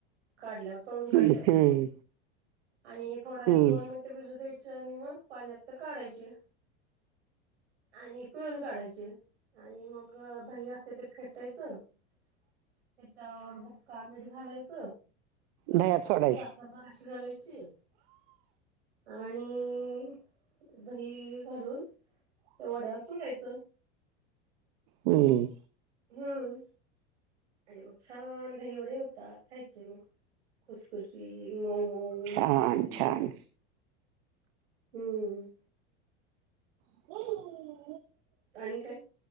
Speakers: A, on the right; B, on the right.
A: काढल्यावर तळून काढल्यावर.
B: हम्म हम्म
A: आणि थोडा एक दोन
B: हम्म
A: मिनिट भिजू द्यायचे आणि मग पाण्यातण काढायचे. आणि पिळून काढायचे. आणि मग दही असते ते फेटायच त्याच्यावर मग काळ मीठ घालायच
B: दह्यात सोडायची
A: साखर जराशी घालायची. आणि दही घालून त्या वाड्यावर सोडायच.
B: हम्म
A: हम्म आणि मग छान दहीवडे होतात खायचे मग. खुसखुशीत मऊमऊ
B: छान
A: लुसलुशीत.
B: छान
A: हूं!
B: <inaudible>
A: आणि काय?